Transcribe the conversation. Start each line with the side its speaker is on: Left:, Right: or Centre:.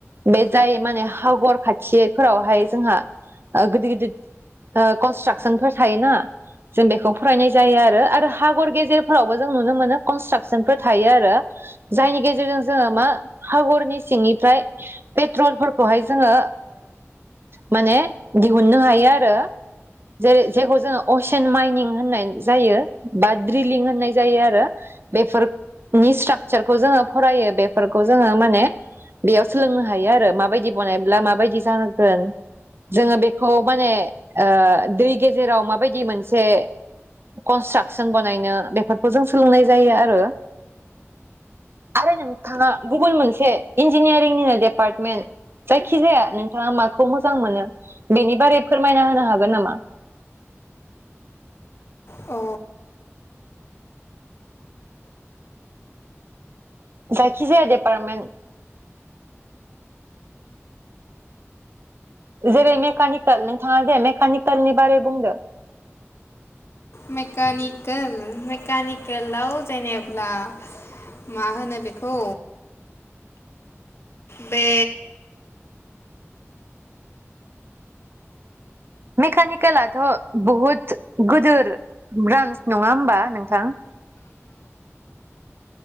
Right: बे जाय माने हगर खाथिफोरावहाय जोंहा ओ गोदिर गिदिर कनट्राकसन फोर थायोना जों बेखौ फरायनाय जायो आरो हागर गेजेरफोरावबो जों नुनो मोनो कनस्ट्राकसनफोर थायो आरो जायनि गेजेरजों जोङो मा हागरनि सिंनिफ्राय पेट्रलफोरखौहाय जोङो माने दिहुननो हायो आरो जेरै जेखौ जोङो असेन माइनिं होननाय जायो बा द्रिलिं होननाय जायो आरो बेफोरनि स्ट्राकचारखौ जोङो फरायो बेफोरखौ जोङो माने बेयाव सोलोंनो हायो आरो माबायदि बानायब्ला माबायदि जानांगोन जोङो बेखौ माने दै गेजेराव माबायदि मोनसे कनस्ट्राकसन बानायनो बेफोरखौ जों सोलोंनाय जायो आरो। आरो नों थाङा गुबगुन मोनसे इन्जिनियारिं एपार्मेन्ट जाय खि जाया नोंथाङा माखौ मोजां मोनो बेनि बारै फोरमायना होनो हागोन नामा?
Left: अ
Right: जायखिजाया डेपारमेन्ट जेरै मेकानिकेल नोंथाङा जे मेकानिकेलनि बारै बुंदो।
Left: मेकानिकेल मकनिकेलाव जेनेब्ला मा होनो बेखौ बे
Right: मेकानिकेलाथ' बहुत गिदोर ब्रान्स नङा होमबा नोंथां?